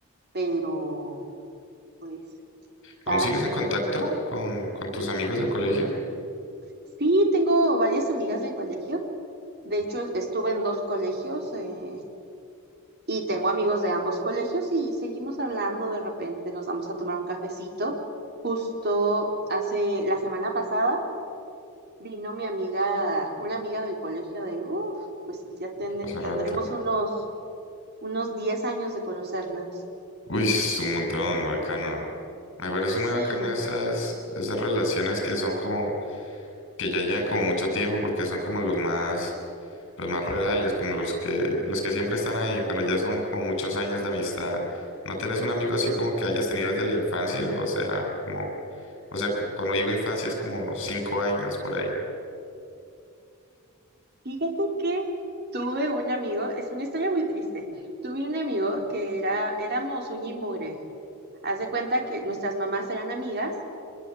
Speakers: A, on the right; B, on the left.
A: Pero, pues,
B: ¿Aún
A: cada
B: sigues
A: quien.
B: en contacto con, con tus amigos del colegio?
A: Sí, tengo varias amigas del colegio. De hecho, estuve en dos colegios. eh, Y tengo amigos de ambos colegios y seguimos hablando de repente, nos vamos a tomar un cafecito. Justo hace la semana pasada vino mi amiga, una amiga del colegio de, uff, pues ya ten-
B: Hace
A: tendremos
B: rato.
A: unos, unos 10 años de conocernos.
B: Uy, es un montón, bacano. Me parece muy
A: Sí,
B: bacano esas, esas relaciones que son como, que ya llevan como mucho tiempo porque son como los más, los más reales, como los que, los que siempre están ahí, cuando ya son como muchos años de amistad. ¿No tenés un amigo así como que hayas tenido desde la infancia? O sea, como, o sea, cu- cuando digo infancia es como cinco años por ahí.
A: fíjate que tuve un amigo, es una historia muy triste, tuve un amigo que era, éramos uña y mugre. Haz de cuenta que nuestras mamás eran amigas